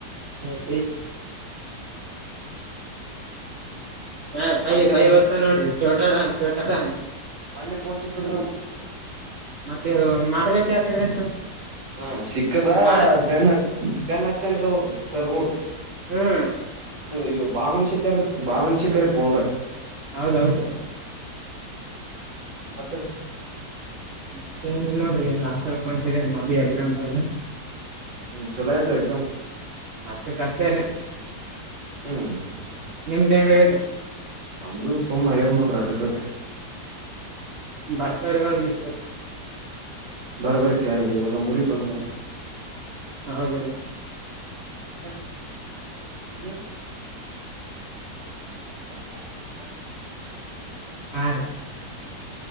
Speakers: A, on the right; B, on the right.
A: ಹಾ ಸ ಹಾ ಬೈ
B: ಮತ್ತೇನಂತ
A: ಬೈ ತ ನೋಡ್ರಿ ಚೋಟಾಡನ್ ಚೋಟಾಡ ಅನ್
B: ಮನ್ಯ ಪೋನ್ಸಿಕದು
A: ಮತ್ತೆ ಮಾಡ್ಬೇಕ ಯಾಕ್ರ ಅಂತ
B: ಹಾ ಸಿಕ್ಕದ
A: ಮಾಡದ್
B: ಬೆನ್ ಹತ್ ಬೆನ್ ಹತ್ತನ್್ರಿ ಅವ್ರ ಸವರ್ಗಳ
A: ಹ್ಮ್
B: ಇ ಭಾವನ ಶಿಕಾರಿ ಭಾವನ ಶಿಕಾರಿ ಪೋೊಂಡರ್
A: ಹೌದ ಹೌತ
B: ಅತ್ರ
A: ಮ ಏನ್ ಇಲ್ ನೋಡ್ರಿ ಹೆಂಗ್ ಆ ಕಲ್ಕೊತಿದೆ ನಾ ಬಿಿ ಎಕ್ಸಾಮ್ ಬರ್ದು
B: ಹ್ಮ್ ಚೊಲೋ ಐತ್ರಿ ಎಕ್ಸಾಮ್
A: ಅಷ್ಟು ಕಷ್ಟ ಇರಿ
B: ಹ್ಮ್
A: ನಿಮ್ದ ಹೆಂಗ
B: ನಮ್ದು ಸುಮ್ಮ ದ ನೋಡ್ರ ಅಟಕಟೆ
A: ಬರ್ತಾರ ಒಂದ ಇಟ್ಟ
B: ಬರ ಬರ್ ಕಿದೆವು ನಮ್ಮ್ ರಿಗ್ ಬಂದ್ರ
A: ಹೌದ ರೀ
B: ಹ ಹ್ಮ <unintelligible>
A: ಆ